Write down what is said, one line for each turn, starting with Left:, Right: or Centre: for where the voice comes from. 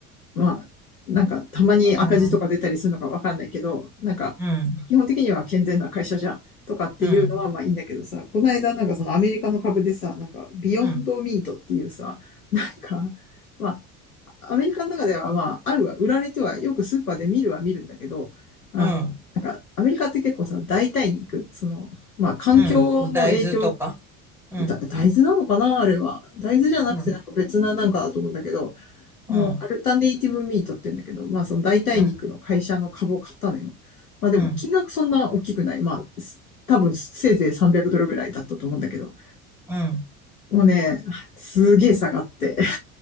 Left: まあ、なんか、たまに赤字とか出たりするのかわかんないけど、
Centre: うん、
Left: なんか、
Centre: うん、
Left: 基本的には健全な会社じゃん。とかっていうのは、
Centre: うん、うん、
Left: まあいいんだけどさ、この間、なんかそのアメリカの株でさ、なんか、ビヨンドミートっていうさ、
Centre: うん、
Left: なんか、まあアメリカの中では、まあ、あるは、売られては、よくスーパーで見るは見るんだけど、あの、
Centre: うん、
Left: なんか、アメリカって結構さ、代替肉、その、まあ、環境の影響、
Centre: うん、大豆とか。うん、
Left: だ大豆なのかなあれは。大豆じゃなくてなんか別ななんかだと思うんだけど、
Centre: うん、うん、
Left: あのアルタネイティブミートって言うんだけど、まあその代替肉の会社の株を買ったのよ。
Centre: うん、
Left: まあでも金額そんな大きくない。
Centre: うん、
Left: まあ、多分せいぜい300ドルぐらいだったと思うんだけど、
Centre: うん。
Left: もうね、すげえ下がって、